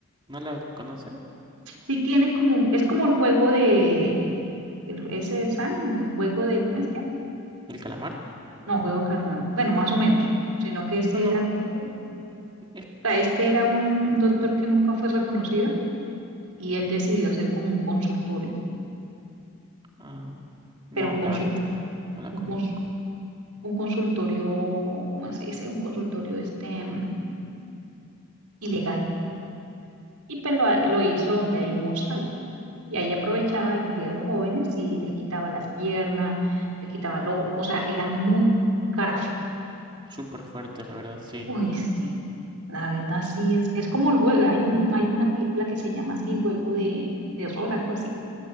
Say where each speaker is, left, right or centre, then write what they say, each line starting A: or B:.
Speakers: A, on the right; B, on the right.
A: ¿No la conoces?
B: sí tiene como, es como el juego de, el, ese de San, el juego de, ¿cómo es que?
A: ¿El calamar?
B: No, juego de Carnaval, bueno, más o menos, sino que ese
A: No, no,
B: era como, o
A: es...
B: sea, este era un doctor que nunca fue reconocido y él decidió hacer como un consultorio,
A: ah, no,
B: pero un, consul-
A: la verdad es que no, no la
B: un,
A: conozco.
B: cons- un consultorio, ¿cómo se dice? Un consultorio este mm, ilegal. Y pues lo, lo hizo donde hay un hostal. Y ahí aprovechaba y cogía a los jóvenes y les quitaba las piernas, les quitaba el ojo, o sea, era muy gráfico.
A: Súper fuerte, la verdad, sí.
B: Uy, sí, la verdad sí es, es como el juego, hay un, hay una película que se llama así, juego de terror, algo así,